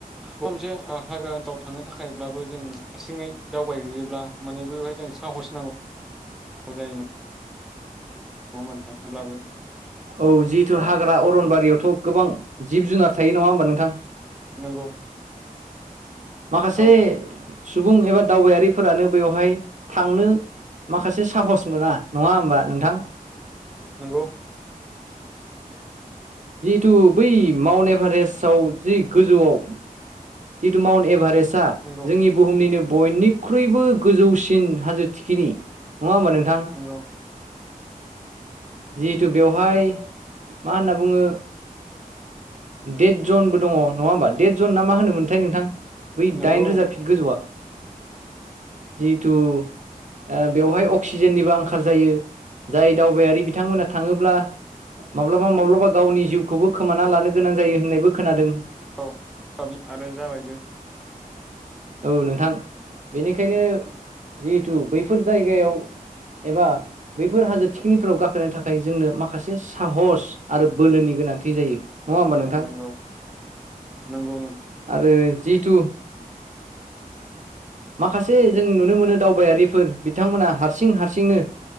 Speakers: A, in the centre; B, on the right.
A: बबेबा मोनसे हाग्रा ओनसोलाव थांनो थाखायब्लाबो जों हारसिङै दावबायहैयोब्ला माने बेवहाय जों साहस नांगौ जायो नङा नङा होमबा नोंथां थेवब्लाबो
B: औ जिहेतु हाग्रा अरनबारियावथ' गोबां जिब जुनार थायो नङा होमबा नोंथां।
A: नंगौ
B: माखासे
A: औ
B: सुबुं एबा दावबायारिफोरानो बेवहाय थांनो माखासे साहस मोना नङा होमबा नोंथां।
A: नंगौ
B: जिहेथु बै माउन्ट एभारेस्टआव जि गोजौआव जिथु माउन्ट एभारेस्टआ
A: नंगौ
B: जोंनि बुहुमनिनो बयनिख्रुइबो गोजौसिन हाजो थखिनि नङा हमबा नोंथां।
A: नंगौ औ
B: जिहेथु बेवहाय मा होनना बुङो देट जनबो दङ। नङा होमबा देट जन ना मा होनोमोनथाय नोंथां बै
A: नंगौ
B: दाइन रोजा फिट गोजौआ। जिथु ओ बेवहाय अक्सिजेननिबो आंखाल जायो जाय दावबायारि बिथांमोना थाङोब्ला माब्लाबा-माब्लाबा गावनि जिउखौबो खोमाना लानो गोनां जायो होननायबो खोनादों।
A: औ दाबि आरो जाबायबो।
B: औ नोंथां बेनिखायनो जिहेथु बैफोर जायगायाव एबा बैफोर हाजो थिखिनिफोराव गाखोनो थाखाय जोंनो माखासे साहस आरो बोलोनि गो गोनांथि जायो। नङा होमबा
A: नंगौ
B: नोंथां
A: नंगौ नोंथां
B: आरो जिथु माखासे जों नुनो मोनो दावबायारिफोर बिथांमोना हारसिं-हारसिंनो